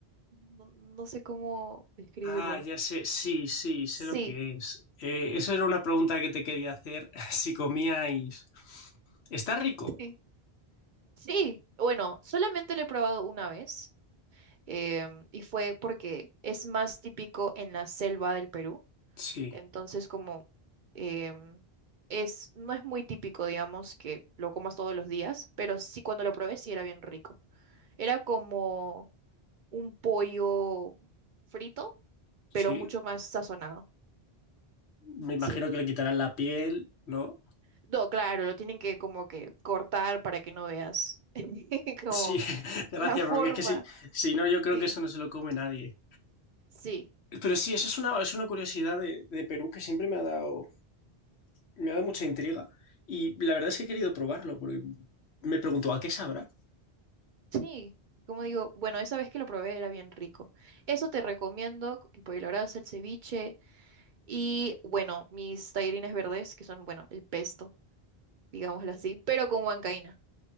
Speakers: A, on the right; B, on the left.
A: no no sé cómo describirlo.
B: Ah, ya sé, sí, sí,
A: Sí.
B: sé lo que es. Eh, esa era una pregunta que te quería hacer, <laughs> si comíais. ¿Está rico?
A: Sí. Sí, bueno, solamente lo he probado una vez em, y fue porque es más típico en la selva del Perú,
B: Sí,
A: entonces como em, es, no es muy típico, digamos, que lo comas todos los días, pero sí cuando lo probé sí era bien rico. Era como un pollo frito,
B: sí,
A: pero mucho más sazonado,
B: me imagino
A: sí.
B: que le quitarán la piel, ¿no?
A: No, claro, lo tienen que como que cortar para que no veas <laughs> como
B: Sí, <laughs> gracias,
A: la forma,
B: porque es que si, si no, yo creo
A: sí,
B: que eso no se lo come nadie.
A: sí.
B: Pero sí, eso es una, es una curiosidad de, de Perú que siempre me ha dado, me ha dado mucha intriga y la verdad es que he querido probarlo porque me pregunto, ¿a qué sabrá?
A: Sí, como digo, bueno, esa vez que lo probé era bien rico. Eso te recomiendo, c- el pollo a la brasa, el ceviche y, bueno, mis tallarines verdes, que son, bueno, el pesto, digámoslo así, pero con huancaína,